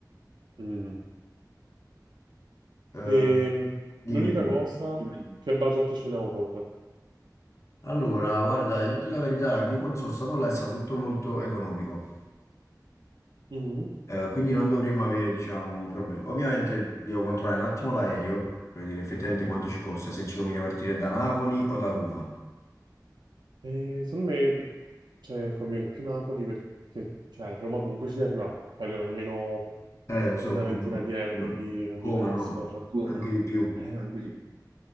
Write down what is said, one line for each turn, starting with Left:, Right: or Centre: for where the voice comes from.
Right: mm.
Left: Eh,
Right: Ehm,
Left: dimmi,
Right: l'unica
Left: dimmi.
Right: cosa, che budget ci vogliamo porre?
Left: Allora, guarda, io dico la verità, io quando sono stato là è stato tutto molto economico,
Right: Mm.
Left: Eh, quindi non dovremmo avere, diciamo, problemi. Ovviamente devo controllare un attimo l'aereo, per vedere effettivamente quanto ci costa, se ci conviene partire da Napoli o da Roma.
Right: E secondo me, beh, cioè, conviene più Napoli perché cioè, a Roma comunque ci arriva, vogliono almeno
Left: Eh, lo so,
Right: una
Left: come
Right: ventina
Left: no,
Right: di euro
Left: come no,
Right: di,
Left: come
Right: di transfer.
Left: no, anche di più.
Right: Ehm,